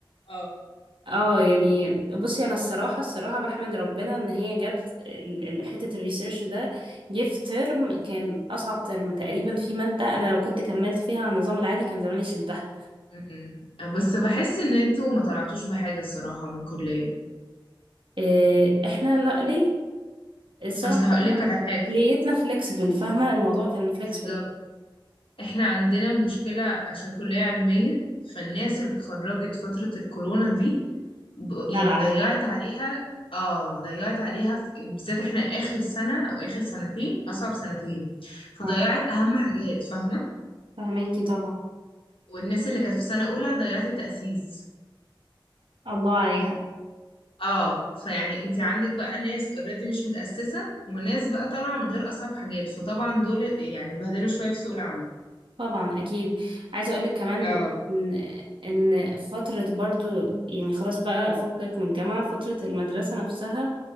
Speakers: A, on the left; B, on the right.
A: اه
B: اه يعني بصي انا الصراحه الصراحه بحمد ربنا ان هي جت ال- ال- حته الريسيرش ده جه في ترم كان اصعب ترم تقريبا في ماده انا لو كنت كملت فيها على النظام العادي كان زماني شلتها
A: أمم. بس بحس ان انتوا ما طلعتوش بحاجه الصراحه من الكليه
B: إيه، احنا لا ليه الصراحه
A: اصل هقول
B: احنا
A: لك على حاجه
B: كليتنا فليكسبل فاهمه الموضوع كان فليكسبل
A: بالظبط احنا عندنا المشكله عشان كليه علميه فالناس اللي اتخرجت فتره الكورونا دي ب-
B: بلح
A: يعني ضيعت عليها اه ضيعت عليها في... بالذات احنا اخر سنة او اخر سنتين اصعب سنتين فضيعت
B: اه
A: اهم حاجات فاهمة
B: فهماكي طبعا
A: والناس اللي كانت في سنة اولى ضيعت التأسيس
B: الله عليها
A: اه فيعني انت عندك بقى ناس اوريدي مش متأسسة وناس بقى طالعة من غير اصعب حاجات فطبعا دول يعني اتبهدلوا شوية في سوق العمل
B: طبعا اكيد عايزه اقولك كمان
A: اه
B: ان ان فتره برضو يعني خلاص بقى فكك من الجامعه فتره المدرسه نفسها